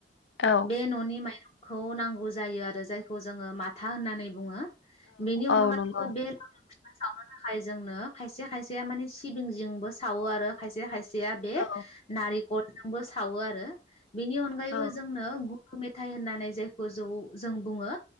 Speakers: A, on the left; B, on the left.
A: औ
B: बे न'नि माइरं खौ नांगौ जायो आरो जायखौ जोङो माथा होननानै बुङो बेनि अनगायैबो
A: औ नंगौ
B: बे लावदुम सावनो थाखाय जोंनो खायसे खायसे खायसेया माने सिबिं जिंबो सावो आरो खायसे खायसे बेया
A: औ
B: बे कलजोंबो सावो आरो बेनि अनगायैबो
A: औ
B: जोंनो मेथाइ होननानै जायखौ जौ जों बुङो